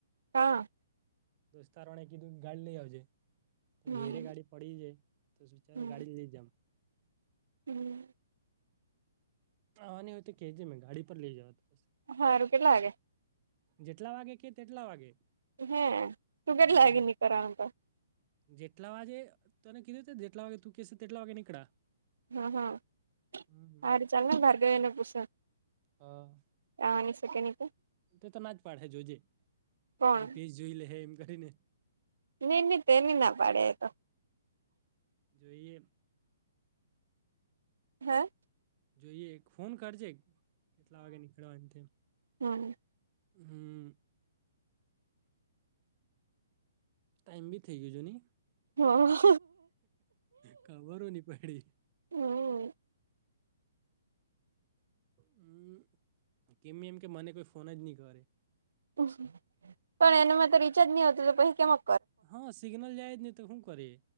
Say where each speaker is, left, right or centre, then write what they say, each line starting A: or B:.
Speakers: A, on the right (about 60°); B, on the right (about 35°).
A: હા
B: દોસ્તારો એ કીધું કે ગાડી લઈ આવજે
A: હમ
B: ઘરે ગાડી પડી જ છે. તો વિચાર્યું
A: હમ
B: ગાડીને લઈ જાવ.
A: હમ
B: આવવાની હોય તો કેજે હું તને ગાડી પર લઈ જઇસ.
A: સારુ કેટલા વાગે.
B: જેટલા વાગે કે તેટલા વાગે
A: હે તું કેટલા
B: હમ
A: વાગે નીકળવાનો કાલ
B: જેટલા વાગે તને કીધું તું ને જેટલા વાગે તું કહીશ તેટલા વાગે નીકળા
A: હા હા
B: હમ
A: સારુ ચલને ભાર્ગવી ને પૂછુ
B: હા
A: આવવાની છે કે નહીં એ તે
B: તેતો ના જ પાડસે જોજે
A: કોણ
B: દિપેશ જોઈ લેસે એમ કરીને
A: નય નય તે નય ના પાડે એતો
B: જોઈએ
A: હે અ
B: જોઈએ એક ફોન કરજે કેટલા વાગે નીકળવાનું તે.
A: સારુ <unintelligible>
B: હમ.. ટાઈમ બી ગયો છે નય
A: હમ
B: ખબર હો નય પડી
A: હમ
B: હમ એમને એમ કે મને કોઈ ફોન જ નહી કરે.
A: પણ એના ફોનમાતો રિચાર્જ નથી હોતું તો પછી કેમ-
B: હ સિગ્નલ જાયને તો શું કરી